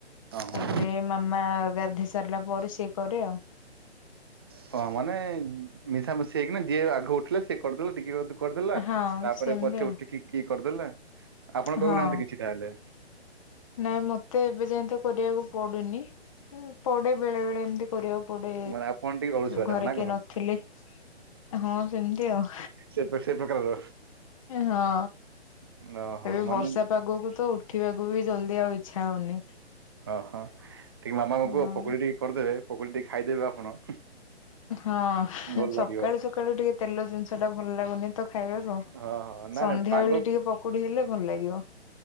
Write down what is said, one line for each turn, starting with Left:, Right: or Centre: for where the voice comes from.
Right: ହଁ
Left: ତାପରେ
Right: ହଁ।
Left: ମାମା ଗାଧୋଇ ସାରିଲା ପରେ ସିଏ କରେ ଆଉ।
Right: ହଁ ମାନେ ମିଶାମିଶି ହେଇକିନା ଯିଏ ଆଗ ଉଠିଥିଲେ ସେ କରିଦେଲା ଟିକେ କରିଦେଲା
Left: ହଁ
Right: ତାପରେ
Left: ସେମିତି
Right: ପଛେ
Left: ଆଉ
Right: ଉଠିକି କିଏ କରିଦେଲା ଆପଣ
Left: ହଁ
Right: କହୁନାହାନ୍ତି କିଛି। ତାହେଲେ
Left: ନାଇଁ ମତେ ଏବେ ଯାଇଏ ତ କରିବାକୁ ପଡୁନି ପଡେ ବେଳେ ବେଳେ ଏମତି କରିବାକୁ ପଟେ
Right: ମାନେ ଆପଣ ଟିକେ ଅଳସୁଆ
Left: ଘରେ
Right: ଟା ନା
Left: କିଏ
Right: କଣ?
Left: ନଥିଲେ। ହଁ ସେମିତି ଆଉ
Right: ସେ ସେ ପ୍ରକାରର
Left: ହଁ
Right: ଓହୋ
Left: ଏବେ
Right: ମାନେ
Left: ବର୍ଷା ପାଗକୁ ତ ଉଠିବାକୁ ବି ଜଲଦି ଆଉ ଇଚ୍ଛା ହଉନି।
Right: ଓ ହଁ ଟିକ ମାମାଙ୍କୁ
Left: ହଁ
Right: ପକୁଡି ଟିକେ କରିଦେବେ ପୋକରୀ ଟିକ ଖାଇଦେବେ ଆପଣ
Left: ହଁ
Right: ଭଲ
Left: ସକାଳୁ
Right: ଲାଗିବ।
Left: ସକାଳୁ ଟିକେ ତେଲ ଜିନିଷ ଟା ଭଲ ଲାଗୁନି। ତ ଖାଇବାକୁ
Right: ହଁ ହଁ ନାଇଁ
Left: ସନ୍ଧ୍ୟା
Right: ନାଇଁ ପାଗ
Left: ବେଳେ ଟିକେ ପକୁଡି ହେଲେ ଭଲ ଲାଗିବ।